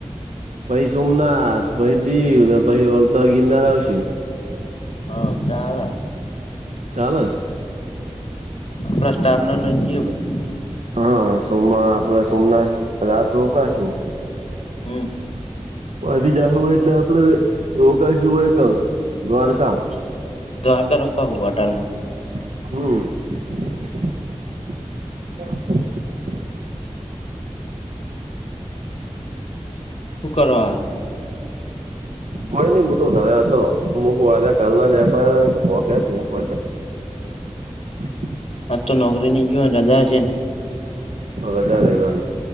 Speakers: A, on the right; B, on the left.
A: પછ સોમનાથ પછ દીવ ને પછ વલતાર ગિરનાર આવશે.
B: આવ ચાલ.
A: ચાલ.
B: આપડા સ્ટાફ ના બધા.
A: હા સોમવા આપે સોમનાથ રાત રોકાશું.
B: <inaudible>
A: પછ જવું એટલે આપડ રોકાશું હોય ક દ્વારકામ.
B: દ્વારકા રોકાા હવાટારમાં.
A: <inaudible>
B: શુકરવાર.
A: મ ન મુ તો ઘરે હતો મું્યા કાલ નાક્યાચ્યા <inaudible>
B: આજ તો નોકરી નની જોયોને રજા છે ને.
A: વધારે વા